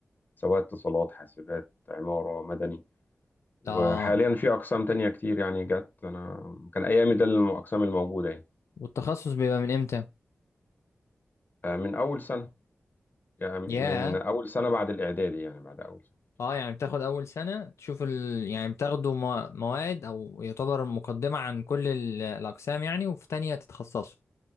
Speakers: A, on the left; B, on the left.
A: سواء اتصالات حاسبات عمارة مدني وحاليا
B: اه
A: في أقسام تانية كتير يعني جت أنا كان أيامي ده الأقسام الموجودة يعني
B: والتخصص بيبقى من امتى
A: فمن أول سنة يعني
B: ياه
A: من أول سنة بعد الإعدادي يعني بعد أول سنة
B: اه يعني بتاخد اول سنة تشوف ال... يعني بتاخدوا مو- مواد او يعتبر مقدمة عن كل ال- الاقسام يعني وفي تانية تتخصصوا